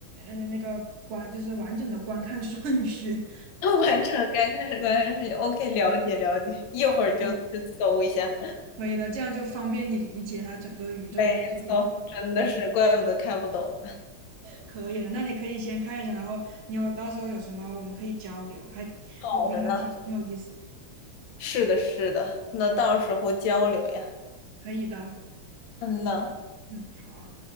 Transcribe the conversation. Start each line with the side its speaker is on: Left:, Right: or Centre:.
Right: 呃那个观，就是完整的观看顺序，
Left: 完整，刚开始刚开始，OK，了解了解，一会儿就去搜一下。
Right: 方可以的，这样就方便你理解它整个宇宙世界观。
Left: 没错，真的是，怪不得看不懂。
Right: 可以的，那你可以先看一下，然后你有到时候有什么我们可以交流，还我觉得还挺挺有意思。
Left: 好的呢，是的，是的，那到时候交流呀。
Right: 可以的。
Left: 嗯呐。
Right: 嗯，好啊。